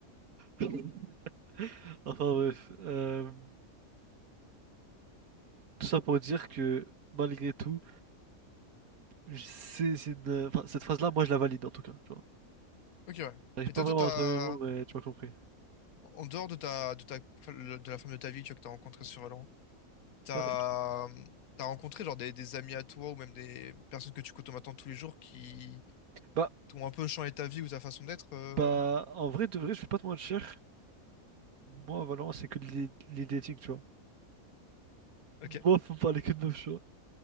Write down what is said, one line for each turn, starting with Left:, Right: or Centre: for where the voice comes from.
Right: <laughs> enfin bref, euh, tout ça pour dire que malgré tout, je- c'est c'est une, enfin, cette phrase-là, moi, je la valide en tout cas, tu vois.
Left: Ok, ouais.
Right: J'arrive
Left: Et
Right: pas
Left: toi,
Right: vraiment
Left: toi, t'as...
Right: à trouver mes mots, mais tu m'as compris.
Left: En dehors de ta, de ta, de la femme de ta vie, tu vois, que t'as rencontrée sur Valorant, t'as,
Right: Ouais.
Left: t'as rencontré genre des, des amis à toi ou même des personnes que tu côtoies maintenant tous les jours qui
Right: Bah,
Left: t'ont un peu changé ta vie ou ta façon d'être. euh,
Right: Bah, en vrai, de vrai, je vais pas te mentir. Moi, à Valorant, c'est que les, les dating, tu vois.
Left: Ok,
Right: Moi, faut me parler que de meufs, tu vois.